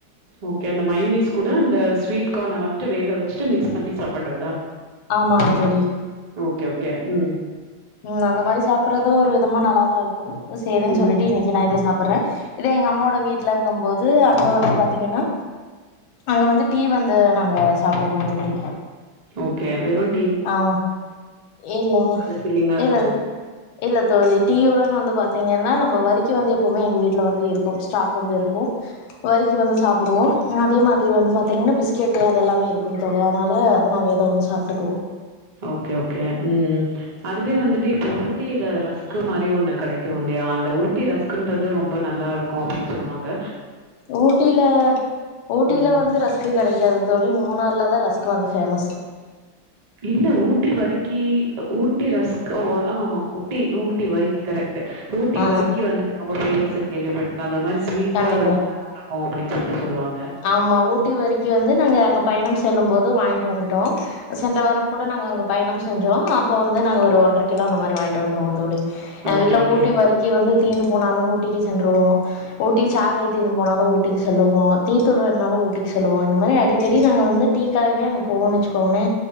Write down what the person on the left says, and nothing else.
ஆமாங்க தோழி
ம் அந்த மாரி சாப்புர்றது ஒரு விதமா நல்லாதா இருக்கு சேரின்
சொல்லிட்டு இன்னிக்கு நா இத சாப்புர்ற இதே எங்க அம்மோடு ந்த வீட்லங்கும் போது அங்க வந்து பாத்தீங்கன்னா அங்க வந்து டீ வந் அத நாங்க சாப்புடுவோ தோழி
ஆமா இல்ல
இல்ல இல்ல தோழி டீயுடன் வந்து பாத்தீங்கன்னா நம் வ வரிக்கு வந்து எப்பமே எங்க வீட்ல வந்து இருக்கும் ஸ்டாக் வந்து இருக்கு வரிக்கு வந்து சாப்புடுவோ அதே மாதிரி வந்து பாத்தீங்கன்னா பிஸ்கெட்டு அது எல்லாமே இருக்கும் தோழி அதனால அது நாங்க எதோ ஒன்னு சாப்ட்டுக்குவோ
ஊட்டில ஊட்டில
வந்து ரஸ்க்கு கெடைக்காது தோழி மூணார்லதா ரஸ்க்கு வந்து ஃபேமஸ்
ஆ
கண்டிப்பா
ஆமா ஊட்டி வரிக்கு வந்து நாங்க அங்க பயணம் செல்லும் போது வாங்கிட்டு வந்துட்டோ சென்ற வாரம் கூட நாங்க அங்க பயணம் செஞ்சோ அப்போ வந்து நாங்க ஒரு ஒன்ற கிலோ அந்த மாரி வாங்கிட்டு வந்துருவோ தோழி எங்க
வீட்ல
ஊட்டி வரிக்கி வந்து தீந்து போனாலு ஊட்டிக்கு சென்றுவோ ஊட்டி சாக்லேட் தீந்து போனாலு ஊட்டிக்கு செல்லவோ தீத்தூள் வேணாலு ஊட்டி சொல்லுவோ இந்த மாரி அடிக்கடி நாங்கள் வந்து டீக்காவே அங்கே போவோனு வச்சிக்கோங்லே